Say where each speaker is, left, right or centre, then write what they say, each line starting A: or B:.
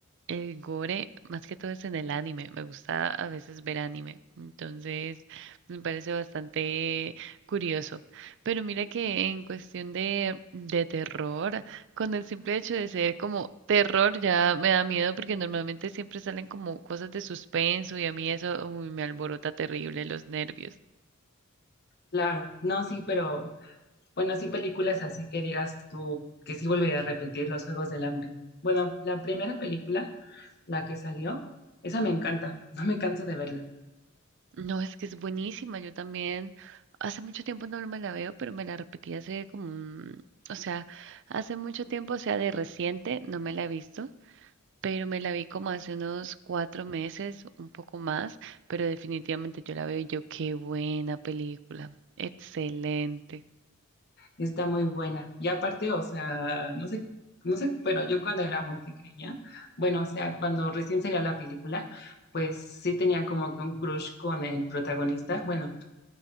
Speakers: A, on the right; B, on the left.
A: El gore, más que todo es en el anime. Me gusta a veces ver anime. Entonces, me parece bastante curioso. Pero mira que en cuestión de, de terror, con el simple hecho de ser como terror ya me da miedo porque normalmente siempre salen como cosas de suspenso y a mí eso uy, me alborota terrible los nervios.
B: Claro, no, sí, pero Bueno, sí, películas así que digas tú que sí volvería a repetir Los Juegos del Hambre. Bueno, la primera película, la que salió, esa me encanta, <laughs> no me canso de verla.
A: No, es que es buenísima. Yo también hace mucho tiempo no me la veo, pero me la repetí hace como un, o sea, hace mucho tiempo, o sea, de reciente no me la he visto, pero me la vi como hace unos cuatro meses, un poco más, pero definitivamente yo la veo y yo, qué buena película, excelente.
B: Está muy buena. Y aparte, o sea, no sé, no sé, pero yo cuando era muy pequeña, bueno, o sea, cuando recién salía la película, pues sí tenía como que un crush con el protagonista. Bueno,